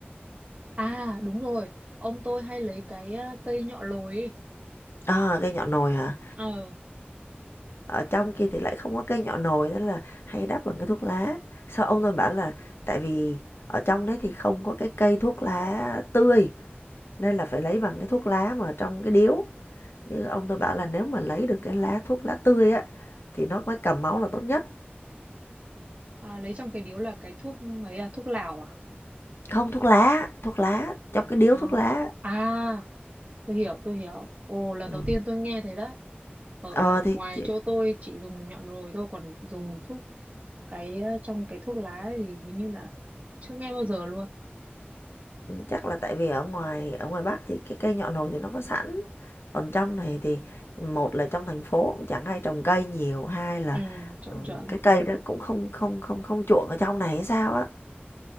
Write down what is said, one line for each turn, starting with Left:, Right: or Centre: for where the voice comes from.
Right: à đúng rồi ông tôi hay lấy cái ờ, cây nhọ lồi ấy.
Left: À, cái nhọn nồi hả?
Right: ờ
Left: ở trong kia thì lại không có cây nhỏ nồi nên là hay đắp bằng cái thuốc lá sau ông tôi bảo là tại vì ở trong đấy thì không có cái cây thuốc lá tươi nên là phải lấy bằng cái thuốc lá mà trong cái điếu chứ ông tôi bảo là nếu mà lấy được cái lá thuốc lá tươi á thì nó mới cầm máu là tốt nhất
Right: à, lấy trong cái điếu là cái thuốc ấy à thuốc lào à
Left: không thuốc lá thuốc lá trong cái điếu
Right: à,
Left: thuốc lá
Right: à tôi hiểu tôi hiểu ồ lần
Left: ừ.
Right: đầu tiên tôi nghe thấy đấy ở
Left: ờ
Right: ở ngoài
Left: thì, thì
Right: chỗ tôi chỉ dùng nhọ rồi thôi còn dùng thuốc cái ờ, trong cái thuốc lá thì hình như là chưa nghe bao giờ luôn
Left: chắc là tại vì ở ngoài ở ngoài bắc thì cái cây nhọ nồi thì nó có sẵn Còn trong này thì một là trong thành phố cũng chẳng ai trồng cây nhiều, hai là,
Right: ừ chuẩn
Left: ờ,
Right: chuẩn
Left: cái cây đó cũng không không không không chuộng ở trong này hay sao á.